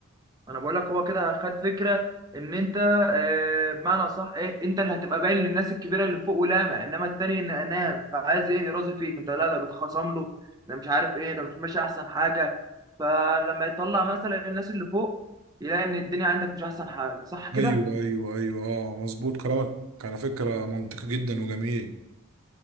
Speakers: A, on the right (about 20°); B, on the right (about 80°).
A: انا بقول لك هو كده خد فكره ان انت آه، بمعنى صح ايه انت اللي هتبقى باين للناس الكبيره اللي فوق ولامع انما التاني ان انام فعايز ايه يراضي فيك انت لا ده بيتخاصم له ده مش عارف ايه ده مش ماشي احسن حاجه فلما يطلع مثلا الناس اللي فوق يلاقي ان الدنيا عندك مش احسن حاجه صح كده
B: ايوه ايوه ايوه اه مظبوط كلامك على فكرة منطقي جدا وجميل